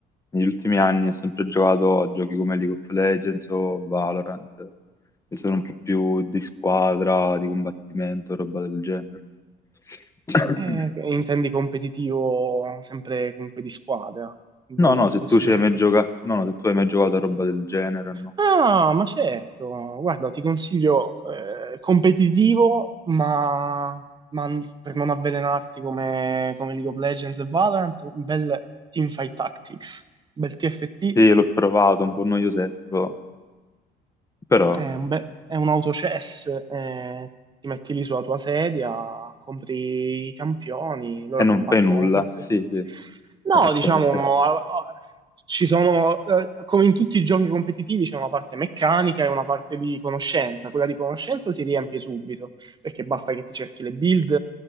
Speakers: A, on the left; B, on the right.
A: negli ultimi anni ho sempre giocato a giochi come League of Legends o Valorant, che sono un po' più di squadra, di combattimento, roba del genere. <coughs>
B: Eh, intendi competitivo sempre comunque di squadra? Vuoi
A: No, no,
B: un
A: se
B: consiglio
A: tu ci hai
B: su
A: mai
B: questo?
A: giocato, no, no, se tu hai mai giocato a roba del genere, no.
B: Ah, ma certo, guarda, ti consiglio eh, competitivo, ma, ma n- per non avvelenarti come, come League of Legends e Valorant, un bel Teamfight Tactics, un bel TFT
A: Sì, l'ho provato, un po' noiosetto, però,
B: È un, be- è un autochess, eh, ti metti lì sulla tua sedia, compri i campioni, loro
A: e non
B: combattono
A: fai nulla,
B: per te.
A: sì, sì,
B: No,
A: esattamente,
B: diciamo, a- a- ci sono, eh, come in tutti i giochi competitivi, c'è una parte meccanica e una parte di conoscenza. Quella di conoscenza si riempie subito, perché basta che ti cerchi le build